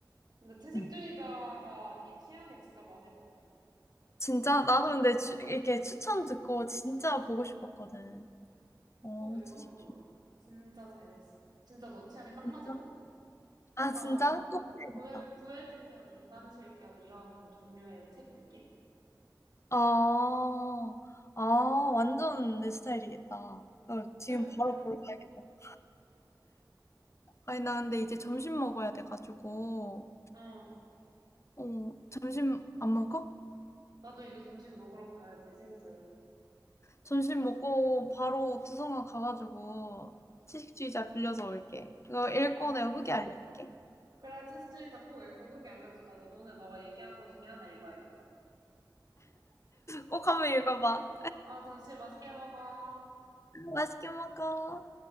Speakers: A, on the right; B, on the left.
A: 근데 채식주의자가
B: 음.
A: 네 취향에 진짜 맞을 것 같아.
B: 진짜 나도 근데 주 이렇게 추천 듣고 진짜 보고 싶었거든. 어
A: 꼭 읽어보도록.
B: 채식 주의
A: 진짜 재밌어. 진짜 너 취향에 딱
B: 진짜?
A: 맞을 것 같아.
B: 아
A: 약간
B: 진짜? 꼭 해야겠다.
A: 구애, 구애증명, 인간실격 이런 종류의 책 느낌?
B: 아. 아 완전 내 스타일이겠다. 어 지금
A: <laughs>
B: 바로 보러 가야겠다. 아니 나 근데 이제 점심 먹어야 돼 가지고
A: 어.
B: 어 점심 안 먹어?
A: 나도 이제 점심 먹으러 가야지, 슬슬.
B: 점심 먹고 바로 도서관 가 가지고 채식주의자 빌려서 올게. 그거 읽고
A: 안-
B: 내가 후기 알려줄게.
A: 그래, 테스트리자 꼭 읽고 후기 알려줘. 나도 오늘 너가 얘기한 거 중에 하나 읽어야겠다.
B: 꼭 한번 읽어 봐.
A: 아, 점심 맛있게 먹어.
B: 맛있게 먹어.